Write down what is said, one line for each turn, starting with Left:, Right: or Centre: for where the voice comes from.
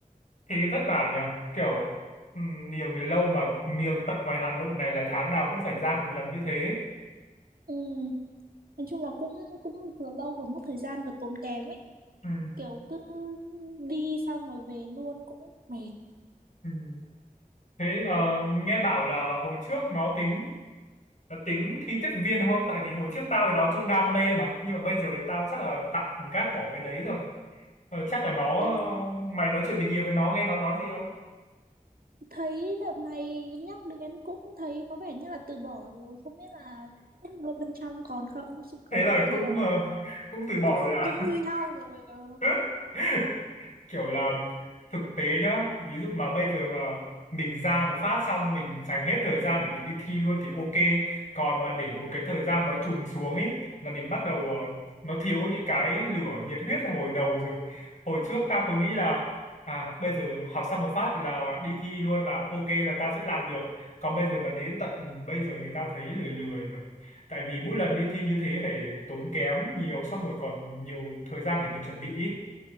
Left: thế vất vả nhờ. Kiểu ừ, niềng thì lâu mà niềng tận ngoài Hà Nội này là tháng nào cũng phải ra một lần như thế.
Right: ừ, nói chung là cũng cũng vừa lâu vừa mất thời gian vừa tốn kém ấy
Left: Ừ,
Right: kiểu cứ đi xong rồi về luôn cũng mệt
Left: ừ. Thế ờ, nghe bảo là hồi trước nó tính nó tính thi tiếp viên không? Tại vì hồi trước tao thì nó chung đam mê mà. Nhưng mà bây giờ thì tao chắc là tạm gác bỏ cái đấy rồi. Ờ, chắc là nó
Right: ờ,
Left: mày nói chuyện tình nhiều với nó nghe nó nói gì không
Right: thấy đợt này nhắc đến cũng thấy có vẻ như là từ bỏ rồi không biết là ở bên trong còn không chứ có
Left: thế là
Right: vẻ
Left: cũng
Right: như là
Left: ờ, cũng từ bỏ
Right: cũng
Left: rồi
Right: cũng như nhau rồi ờ.
Left: à <laughs> kiểu là thực tế nhá ví dụ mà bây giờ mà mình ra một phát xong mình dành hết thời gian để mình đi thi luôn thì ok còn mà để một cái thời gian mà nó trùng xuống ấy là mình bắt đầu ờ, nó thiếu đi cái lửa nhiệt huyết ở hồi đầu rồi hồi trước tao cứ nghĩ là à bây giờ học xong một phát là đi thi luôn là ok là tao sẽ làm được còn bây giờ mà đến tận bây giờ thì tao thấy lười lười rồi tại vì mỗi lần đi thi như thế phải tốn kém nhiều xong rồi còn nhiều thời gian để mình chuẩn bị ý.